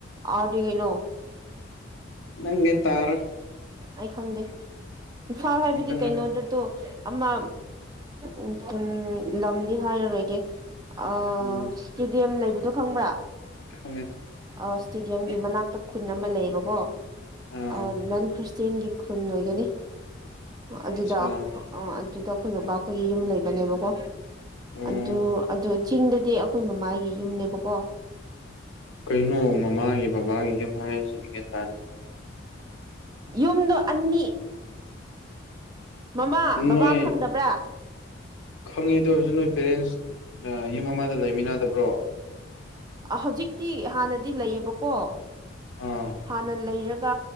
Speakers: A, on the right; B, on the left.
A: ꯑꯥꯔꯗꯤꯒꯩꯅꯣ
B: ꯅꯪ ꯒꯤꯌꯥꯟꯟ ꯇꯥꯔꯔꯣꯏ
A: ꯑꯩ ꯈꯪꯗꯦ ꯏꯝꯐꯥꯜ ꯍꯥꯏꯕꯗꯤ
B: ꯅꯪ ꯈꯪꯉꯦ
A: ꯀꯩꯅꯣꯗꯣꯇꯨ ꯑꯃ ꯎꯝ ꯂꯝꯗꯤ ꯍꯥꯏꯔꯔꯣꯏꯒꯦ ꯑꯥ
B: ꯎꯝ
A: ꯇꯦꯗꯤꯑꯝ ꯂꯩꯕꯗꯣ ꯈꯪꯕ꯭ꯔꯥ
B: ꯈꯡꯉꯦ꯫
A: ꯑ ꯁꯇꯦꯗꯤꯌꯝꯒꯤ ꯃꯅꯥꯛꯇ ꯈꯨꯟ ꯑꯃ ꯂꯩꯌꯦꯕꯀꯣ
B: ꯑꯥ
A: ꯑ ꯅꯟ ꯈ꯭ꯔꯤꯁꯇꯦꯟꯒꯤ ꯈꯨꯟ ꯑꯣꯏꯒꯅꯤ ꯑꯗꯨꯗ
B: ꯑꯠꯆꯥ
A: ꯑꯗꯨꯗ ꯑꯩꯈꯣꯏ ꯕꯕꯥ ꯈꯣꯏꯒꯤ ꯌꯨꯝ ꯂꯩꯕꯅꯦꯕꯀꯣ
B: ꯑꯣ
A: ꯑꯗꯨ ꯑꯗꯨ ꯆꯤꯡꯗꯗꯤ ꯑꯈꯣꯏ ꯃꯃꯥꯒꯤ ꯌꯨꯝꯅꯦꯕꯀꯣ
B: ꯀꯩꯅꯣ ꯃꯃꯥꯒꯤ ꯕꯕꯥꯒꯤ ꯌꯨꯝ ꯍꯥꯏꯔꯤꯁꯦ ꯑꯩ ꯒ꯭ꯌꯥꯟ ꯇꯥꯗꯦ
A: ꯌꯨꯝꯗꯣ ꯑꯅꯤ ꯃꯃꯥ ꯕꯕꯥ
B: ꯅꯣꯏ
A: ꯈꯪꯗꯕ꯭ꯔꯥ
B: ꯈꯪꯉꯦ ꯑꯗꯨ ꯑꯣꯏꯔꯁꯨ ꯅꯣꯏ ꯄꯦꯔꯦꯟꯁ ꯌꯨꯝ ꯑꯃꯗ ꯂꯩꯃꯤꯟꯅꯗꯥꯕ꯭ꯔꯣ
A: ꯍꯧꯖꯤꯛꯇꯤ ꯍꯥꯟꯅꯗꯤ ꯂꯩꯌꯦꯕꯀꯣ
B: ꯑꯥ
A: ꯍꯥꯟꯅ ꯂꯩꯔꯒ